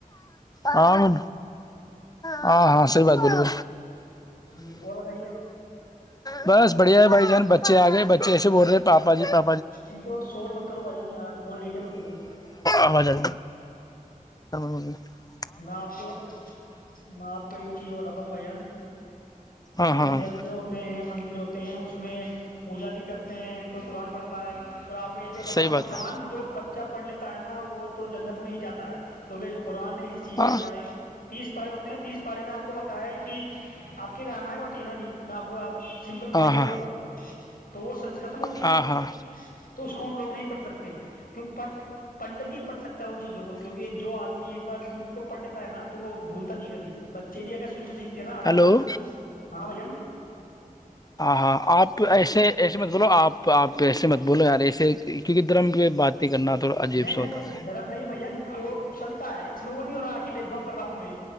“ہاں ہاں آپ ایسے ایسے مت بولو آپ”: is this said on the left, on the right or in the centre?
Left